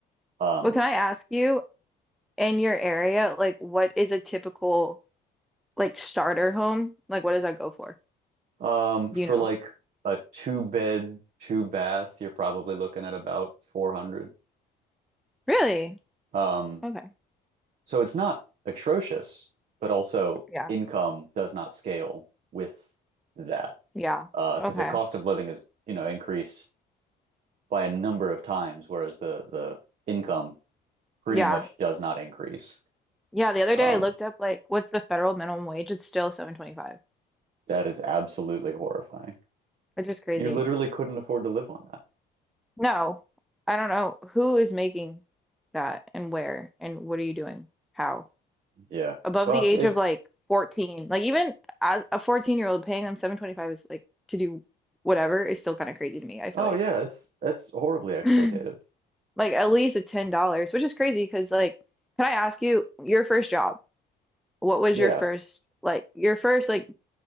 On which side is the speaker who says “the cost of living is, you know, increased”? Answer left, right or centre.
Right